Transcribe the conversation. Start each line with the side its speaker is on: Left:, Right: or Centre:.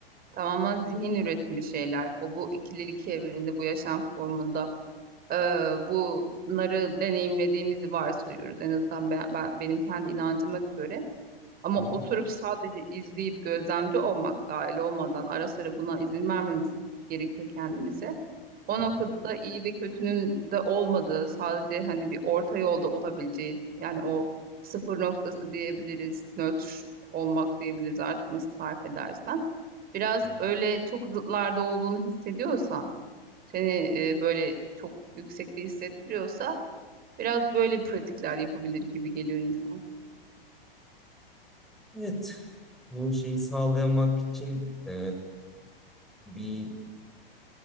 Right: Tamamen zihin üretimi şeyler. O bu ikililik evreninde bu yaşam formunda e, bunları deneyimlediğimizi varsayıyoruz. En azından ben, ben benim kendi inancıma göre. Ama
Centre: hı hı,
Right: oturup sadece izleyip gözlemci olmak dahil olmadan ara sıra buna izin vermemiz gerekiyor kendimize. O
Centre: hı
Right: noktada da iyi ve kötünün de olmadığı, sadece hani bir orta yolda olabileceği, yani o sıfır noktası diyebiliriz, nötr olmak diyebiliriz artık nasıl tarif edersen. Biraz
Centre: hı.
Right: öyle çok zıtlarda olduğunu hissediyorsan, seni e, böyle çok yüksekte hissettiriyorsa Biraz böyle pratikler yapabilir gibi geliyor insan.
Centre: evet bu şeyi sağlayamak için e, bir